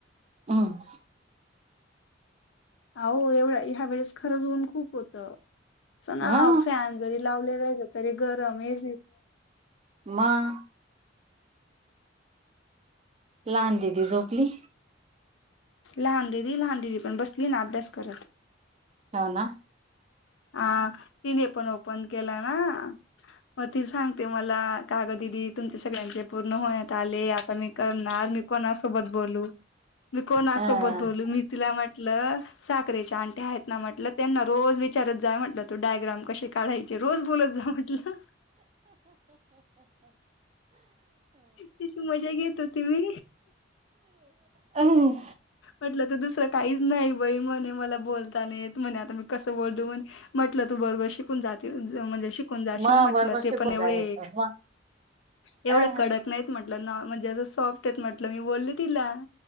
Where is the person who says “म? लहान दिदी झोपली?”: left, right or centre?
Right